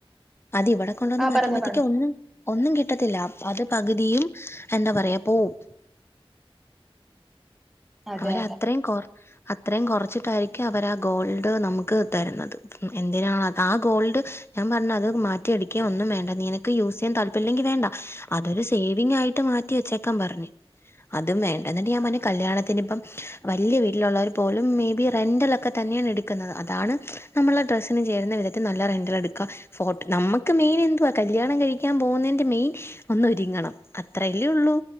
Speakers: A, on the left; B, in the centre.
A: അത് ഇവിടെ കൊണ്ടു വന്ന്
B: ആ
A: മാറ്റുമ്പഴുതേക്ക്
B: പറഞ്ഞോ പറഞ്ഞോ
A: ഒന്നും ഒന്നും കിട്ടത്തില്ല അത് പകുതിയും എന്താ പറയാ പോവും
B: അതെ
A: അവര്
B: അതെ
A: അത്രയും കുറ അത്രയും കുറച്ചിട്ടായിരിക്കും അവര് ആ ഗോൾഡ് നമ്മുക്ക് തരുന്നത് എന്തിനാണ് അത് ആ ഗോൾഡ് ഞാൻ പറഞ്ഞ് അത് മാറ്റി എടുക്ക ഒന്നും വേണ്ട നിനക്ക് യൂസ് ചെയ്യാൻ താല്പര്യമില്ലെങ്കിൽ വേണ്ട അതൊരു സേവിങ് ആയിട്ട് മാറ്റി വെച്ചേക്കാൻ പറഞ്ഞ് അതും വേണ്ട എന്നിട്ട് ഞാൻ പറഞ്ഞ് കല്യാണത്തി ഇപ്പം വല്ല്യ വീട്ടിലുള്ളവർ പോലും മേബി റെന്റലൊക്കെ തന്നെയാണ് എടുക്കുന്നത് അതാണ് നമ്മള ഡ്രസ്സിന് ചേരുന്ന വിധത്തിൽ നല്ല റെന്റൽ എടുക്കുക ഫോട്ടോ നമ്മുക്ക് മെയിൻ എന്തുവാ കല്യാണം കഴിക്കാൻ പോകുന്നതിന്റെ മെയിൻ ഒന്ന് ഒരുങ്ങണം അത്രല്ലേ ഉള്ളൂ